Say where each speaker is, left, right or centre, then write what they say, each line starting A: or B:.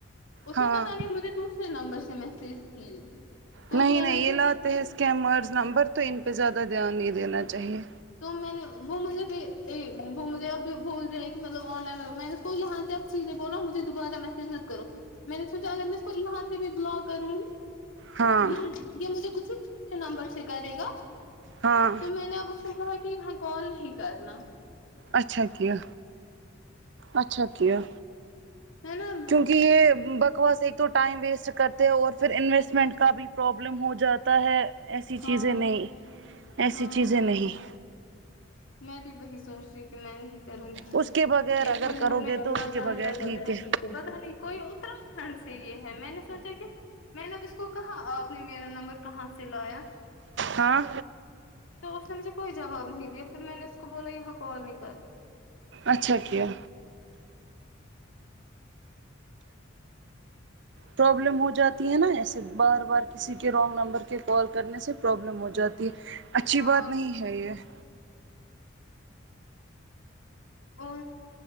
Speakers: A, on the left; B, on the right.
A: اس
B: ہاں
A: نے پتاہ نہیں مجھے دوسرے نمبر سے میسج کی تو
B: نہیں
A: کہہ
B: نہیں
A: رہا
B: یہ
A: ہے کے
B: لاتے ہیں اسکیمرز نمبر تو ان پہ زیادہ دھیان نہیں دینا چاہیے
A: تو میں نے وہ مجھے بھی وہ مجھے اب بول رہے ہیں کہ مطلب آن لائن میں نے اس کو یہاں سے نے بولا مجھے دوبارہ میسج مت کرو میں نے سوچا اگر میں اس کو یہاں سے بھی بلاک کروں
B: ہاں
A: یہ یہ مجھے کسی نمبر سے کرے گا
B: ہاں
A: تو میں نے اب اس <unintelligible> کہا کہ یہاں کال نہیں کرنا
B: اچھا کیا اچھا کیا
A: ہے نا
B: کیونکہ یہ بکواس ایک تو ٹائم ویسٹ کرتے ہیں اور پھر انویسٹمنٹ کا بھی پرابلم ہو جاتا ہے ایسی
A: ہاں
B: چیزیں نہیں ایسی
A: ہاں
B: چیزیں نہیں
A: میں بھی وہی سوچ رہی کہ میں نہیں کروں گی
B: اس کے بغیر
A: یہ
B: اگر
A: فل
B: کرو
A: میں
B: گے
A: اتنا
B: تو اس کے بغیر
A: د کرتے
B: ٹھیک ہے
A: <unintelligible> پتا نہیں کوئی اترا کھنڈ سے یہ ہے میں نے سوچا کہ میں نے اب اس کو کہا آپ نے میرا نمبر کہاں سے لایا
B: ہاں
A: تو اس نے مجھے کوئی جواب نہیں دیا پھر میں نے اس کو بولا یہاں کال نہیں کرنا
B: اچھا کیا پرابلم ہو جاتی ہے نا ایسے بار بار کسی کے رانگ نمبر کے کال کرنے سے پرابلم ہو جاتی ہے اچھی
A: ہاں
B: بات نہیں ہے یہ
A: اور